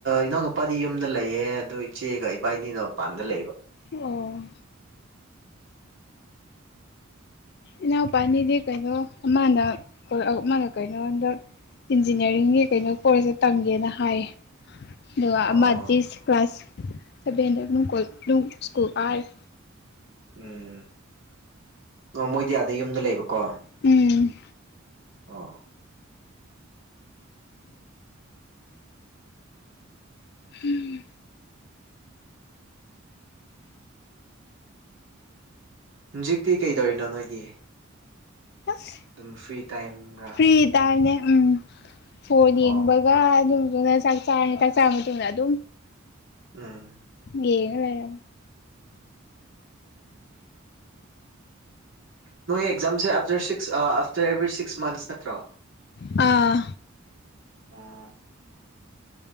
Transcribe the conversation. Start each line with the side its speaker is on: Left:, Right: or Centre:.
Right: ꯏꯅꯥꯎ ꯅꯨꯄꯥꯗꯤ ꯌꯨꯝꯗ ꯂꯩꯌꯦ ꯑꯗꯨ ꯏꯆꯦꯒ ꯏꯕꯥꯏꯅꯤꯅ ꯃꯄꯥꯟꯗ ꯂꯩꯕ
Left: ꯑꯣ ꯏꯅꯥꯎꯄꯥꯅꯤꯗꯤ ꯀꯩꯅꯣ ꯑꯃꯅ ꯑꯃꯅ ꯀꯩꯅꯣ ꯍꯟꯗꯛ ꯏꯟꯖꯤꯅ꯭ꯌꯥꯔꯤꯡꯒꯤ ꯀꯩꯅꯣ ꯀꯣꯔꯁꯇ ꯇꯝꯒꯦꯅ ꯍꯥꯏ ꯗꯨꯒ ꯑꯃꯗꯤ
Right: ꯑꯣ
Left: ꯀ꯭ꯂꯥꯁ ꯁꯚꯦꯟꯗ ꯑꯗꯨꯝ ꯁ꯭ꯀꯨꯜ ꯀꯥꯔꯤ
Right: ꯎꯝ ꯑꯣ ꯃꯣꯏꯗꯤ ꯑꯗꯥ ꯌꯨꯝꯗ ꯂꯩꯕꯀꯣ
Left: ꯎꯝ
Right: ꯑꯣ
Left: ꯍꯨꯝ
Right: ꯖꯤꯛꯇꯤ ꯀꯩꯗꯧꯔꯤꯅꯣ ꯅꯣꯏꯗꯤ
Left: ꯑꯁ
Right: ꯗꯨꯝ ꯐ꯭ꯔꯤ ꯇꯥꯏꯝꯔ
Left: ꯐ꯭ꯔꯤ ꯇꯥꯢꯝꯅꯦ ꯎꯝ ꯐꯣꯟ ꯌꯦꯡꯕꯒ
Right: ꯑꯣ
Left: ꯑꯗꯨꯗꯨꯒ ꯆꯥꯛ ꯆꯥꯔꯅꯤ ꯆꯥꯛ ꯆꯥ ꯃꯇꯨꯡꯗ ꯑꯗꯨꯝ
Right: ꯎꯝ
Left: ꯌꯦꯡꯉ ꯂꯩꯔꯝ
Right: ꯅꯣꯏ ꯑꯦꯛꯖꯥꯝꯁꯦ after six after every six months ꯅꯠꯇ꯭ꯔꯣ
Left: ꯑꯥ
Right: ꯎꯝ